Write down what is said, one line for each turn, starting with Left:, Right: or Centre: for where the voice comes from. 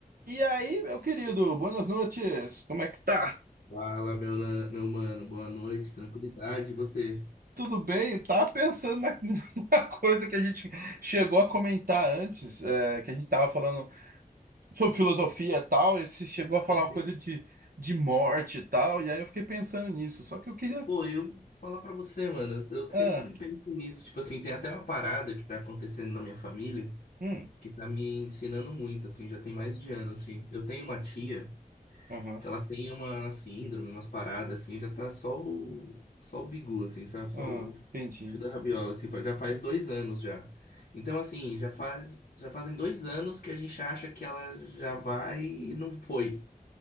Right: E aí, meu querido, boas noites. Como é que tá?
Left: Fala, meu, na- meu mano, boa noite, tranquilidade, e você?
Right: Tudo bem? Tava pensando na- <laughs> numa coisa que a gente chegou a comentar antes, é, que a gente tava falando sobre filosofia e tal, e você chegou a falar
Left: Sim,
Right: uma
Left: sim.
Right: coisa de, de morte e tal, e aí eu fiquei pensando nisso. Só que eu queria.
Left: Pô, eu falar pra você, mano, eu sempre
Right: Ah,
Left: penso nisso, tipo assim, tem até uma parada que tá acontecendo na minha família
Right: hum,
Left: que tá me ensinando muito, assim, já tem mais de ano, assim. Eu tenho uma tia
Right: aham,
Left: que ela tem uma síndrome, umas paradas, assim, já tá só o, só o bigu, assim, sabe? Só
Right: ah,
Left: o
Right: entendi.
Left: fio da rabiola, assim, fa- já faz dois anos já. Então, assim, já faz, já fazem dois anos que a gente acha que ela já vai e não foi.